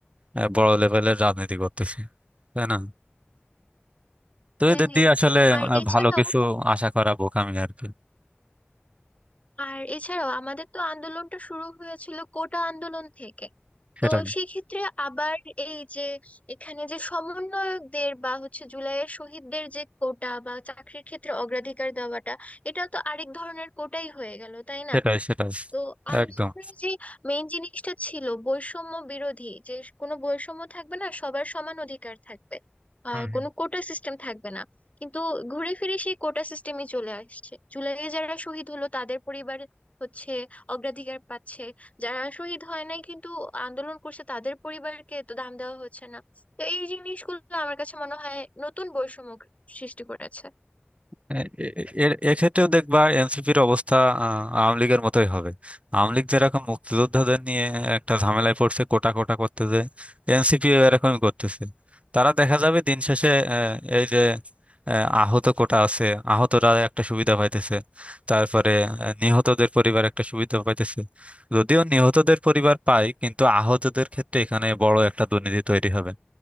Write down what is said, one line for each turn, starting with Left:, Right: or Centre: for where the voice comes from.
Right: আহ, বড় লেভেলের রাজনীতি করতেছে তাই না তো
Left: হ্যাঁ
Right: এদের
Left: হ্যাঁ
Right: দিয়ে আসলে
Left: আর
Right: আহ,
Left: এছাড়াও
Right: ভালো কিছু আশা করা বোকামি আর কি
Left: আর এছাড়াও আমাদের তো আন্দোলনটা শুরু হয়েছিল কোটা আন্দোলন থেকে
Right: সেটাই
Left: তো সেক্ষেত্রে আবার এই যে এখানে যে সমন্বয়কদের বা হচ্ছে জুলাইয়ের শহীদদের যে কোটা বা চাকরির ক্ষেত্রে অগ্রাধিকার দেওয়াটা এটা তো আরেক ধরনের কোটাই হয়ে গেল তাই না
Right: সেটাই সেটাই
Left: তো আন্দোলনের
Right: একদম
Left: যে মেইন জিনিসটা ছিল বৈষম্য বিরোধী যে কোনো বৈষম্য থাকবে না সবার সমান অধিকার থাকবে আহ
Right: হুম। হুম।
Left: কোনো কোটা সিস্টেম থাকবে না কিন্তু ঘুরে ফিরে সেই কোটা সিস্টেমই চলে আসছে জুলাইয়ে যারা শহীদ হলো তাদের পরিবার হচ্ছে অগ্রাধিকার পাচ্ছে যারা শহীদ হয় নাই কিন্তু আন্দোলন করছে তাদের পরিবারকে তো দাম দেওয়া হচ্ছে না তো এই জিনিসগুলো আমার কাছে মনে হয় নতুন বৈষম্য সৃষ্টি করেছে
Right: এ- এ- এ- এক্ষেত্রেও দেখবা এনসিপির অবস্থা আহ, আওয়ামী লীগের মতোই হবে আওয়ামী লীগ যেরকম মুক্তিযোদ্ধাদের নিয়ে একটা ঝামেলায় পড়ছে কোটা কোটা করতে যে এনসিপিও এরকমই করতেছে তারা দেখা যাবে দিন শেষে আহ, এই যে আহ, আহত কোটা আছে আহতরা একটা সুবিধা পাইতেছে তারপরে আহ, নিহতদের পরিবার একটা সুবিধা পাইতেছে যদিও নিহতদের পরিবার পায় কিন্তু আহতদের ক্ষেত্রে এখানে বড় একটা দুর্নীতি তৈরি হবে